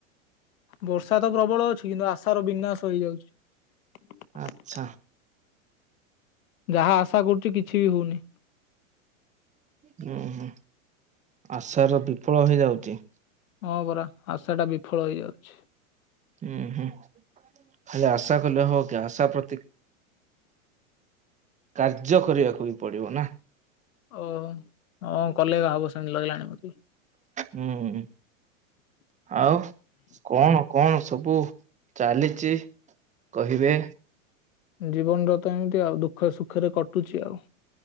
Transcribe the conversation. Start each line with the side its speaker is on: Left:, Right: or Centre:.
Left: ବର୍ଷା। ପ୍ରବଳ ଅଛି କିନ୍ତୁ ଆଶାର ବିନାଶ ହେଇଯାଉଛି।
Right: ଆଚ୍ଛା
Left: ଯାହା ଆଶା କରୁଛି କିଛି ବି ହଉନି।
Right: ହୁଁ ହୁଁ। ଆଶାର ବିଫଳ ହେଇଯାଉଚି।
Left: ହଁ ପରା ଆଶା ଟା ବିଫଳ ହେଇଯାଉଛି।
Right: ହୁଁ ହୁଁ ଖାଲି ଆଶା କଲେ ହଉ କି ଆଶା ପ୍ରତି କାର୍ଯ୍ୟ କରିବାକୁ ବି ପଡିବ ନା।
Left: ଓହ ହଁ କଲେ ହବ ସେମିତି ଲଗିଲାଣି ମତେ।
Right: ହୁଁ। ଆଉ କଣ କଣ ସବୁ ଚାଲିଛି କହିବେ?
Left: ଜୀବନର ତ ଏମିତି ଆଉ ଦୁଃଖ ସୁଖରେ କଟୁଛି ଆଉ।